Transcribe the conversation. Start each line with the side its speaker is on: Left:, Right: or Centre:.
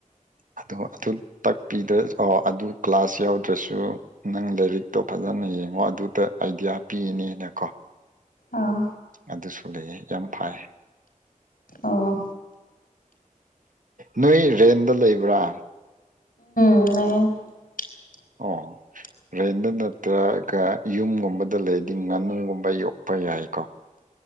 Right: ꯑꯗꯣ ꯑꯗꯨ ꯇꯥꯛꯄꯤꯗ꯭ꯔ ꯑꯣ ꯑꯗꯨ ꯀ꯭ꯂꯥꯁ ꯌꯥꯎꯗ꯭ꯔꯁꯨ ꯅꯪ ꯂꯥꯢꯔꯤꯛꯇꯣ ꯐꯖꯅ ꯌꯦꯡꯉꯣ ꯑꯗꯨꯗ ꯑꯥꯢꯗꯤꯌꯥ ꯄꯤꯅꯤꯅꯀꯣ
Left: ꯑꯥ
Right: ꯑꯗꯨꯁꯨ ꯂꯩꯌꯦ ꯌꯥꯝ ꯐꯩ
Left: ꯑꯣ
Right: ꯅꯣꯢ ꯔꯦꯟꯗ ꯂꯩꯕ꯭ꯔꯥ
Left: ꯅꯩ <inaudible>
Right: ꯑꯣ ꯔꯦꯟꯗ ꯅꯠꯇ꯭ꯔꯒ ꯌꯨꯝꯒꯨꯝꯕꯗ ꯂꯩꯗꯤ ꯉꯥꯅꯨꯒꯨꯝꯕ ꯌꯣꯛꯄ ꯌꯥꯢꯀꯣ